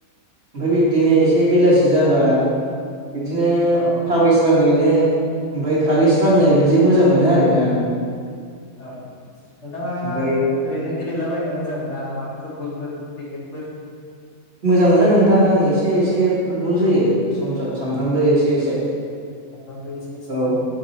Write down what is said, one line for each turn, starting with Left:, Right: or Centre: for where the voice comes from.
Right: ओमफ्राय बिब्दिनो एसे बेलासि जाबा बिब्दिनो
Left: औ
Right: थाबायस्राहैनो ओमफ्राय खारै स्रांनो बिदि मोजां मोनो आरोना
Left: औ नोंथाङा
Right: ओमफ्रायो
Left: ओरैनो गेलेलाबायनो मोजां मोना नामा फुटबलफोर क्रिकेटफोर
Right: मोजां मोनो नोंथां आं एसे एसे फुटबल जोयो सम सम सानफ्रामबो एसे एसे
Left: सानफ्राबो एसे एसे
Right: औ
Left: ना?